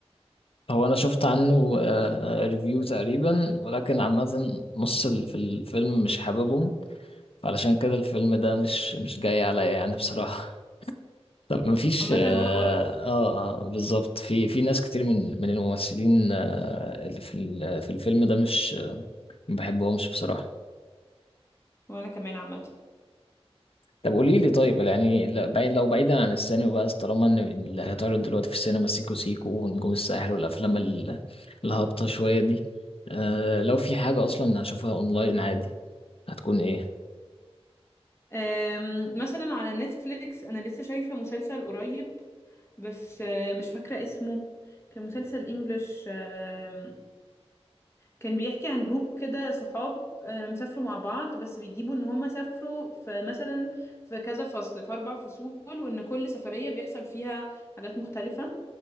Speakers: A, on the left; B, on the left.
A: هو انا شفت عنه آه ريفيو تقريبا ولكن عامة نص ال- في الفيلم مش حاببهم فعلشان كده الفيلم ده مش مش جاي عليا يعني بصراحة طب ما فيش
B: عامة
A: اه
B: وانا برضه
A: اه آه، بالظبط في في ناس كتير من من الممثلين آه اللي في ال- في الفيلم ده مش ما بحبهمش بصراحة
B: وانا كمان عامة
A: طب قولي لي طيب يعني لا- بعيد لو بعيدا عن السينما بقى طالما ان اللي هيتعرض دلوقتي في السينما سيكو سيكو ونجوم الساحل والافلام ال- الهابطة شوية دي آه لو في حاجة اصلا هشوفها اونلاين عادي هتكون ايه
B: أم، مثلا على نتفليكس انا لسه شايفة مسلسل قريب بس آه، مش فاكرة اسمه كان مسلسل انجلش آم، كان بيحكي عن جروب كده صحاب آم، سافروا مع بعض بس بيجيبوا ان هم سافروا في مثلا في كذا فصل في اربع فصول وان كل سفرية بيحصل فيها حاجات مختلفة